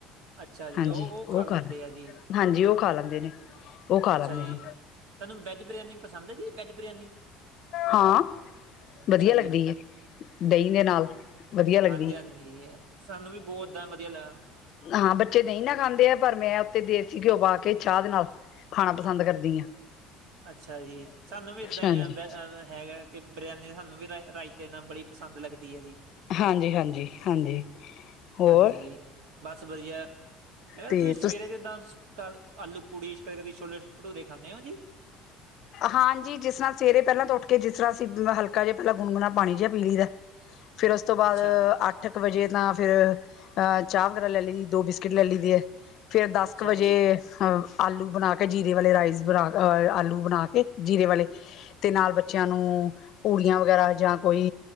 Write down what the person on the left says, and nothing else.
ਹਾਂਜੀ,
ਓਹ
ਖਾਲੈ,
ਹਾਂਜੀ ਓਹ ਖਾ ਲੈਂਦੇ ਨੇ। ਉਹ ਖਾ
ਲੈਂਦੇ
ਨੇ
ਹਾਂ, ਵਧੀਆ
ਲੱਗਦੀ ਏ ਦਹੀਂ ਦੇ ਨਾਲ, ਵਧੀਆ ਲੱਗ
ਹਾਂ, ਬੱਚੇ ਦਹੀਂ ਨਾ ਖਾਂਦੇ ਐ, ਪਰ ਮੈਂ ਉਤੇ ਦੇਸੀ ਘਿਓ ਪਾ ਕੇ ਚਾਹ ਦੇ ਨਾਲ ਖਾਣਾ ਪਸੰਦ ਕਰਦੀ ਆਂ।
ਹਾਂਜੀ
ਹਾਂਜੀ-ਹਾਂਜੀ-ਹਾਂਜੀ, ਹੋਰ
ਤੇ
ਤੁ
ਹਾਂਜੀ ਜਿਸਰਾ ਸਵੇਰੇ ਪਹਿਲਾਂ ਤਾ ਉੱਠ ਕੇ ਜਿਸਰਾ ਅਸੀਂ ਹਲਕਾ ਜਿਹਾ ਪਹਿਲਾ ਗੁਣ ਗੁਨਾ ਪਾਣੀ ਜਿਹਾ ਪੀ ਲੀ ਦਾ। ਫਿਰ ਉਸ ਤੋਂ ਬਾਦ
ਆ ਅੱਠ ਕੁ ਵਜੇ ਤਾਂ ਫਿਰ ਚਾਹ ਵਗੈਰਾ ਲੈ ਲਈਦੀ ਦੋ ਬਿਸਕਿਟ ਲਲੀ ਦੇ ਹੈ। ਫੇਰ ਦਸ
ਕ ਵਜੇ
ਅ ਆਲੂ ਬਣਾ ਕੇ ਜੀਰੇ ਵਾਲੇ ਰਾਈਸ ਬਣਾ ਅ ਆਲੂ ਬਣਾ ਤੇ ਜੀਰੇ ਵਾਲੇ ਤੇ ਨਾਲ ਬੱਚਿਆਂ ਨੂੰ ਪੂੜੀਆਂ ਵਗੈਰਾ ਜਾਂ ਕੋਈ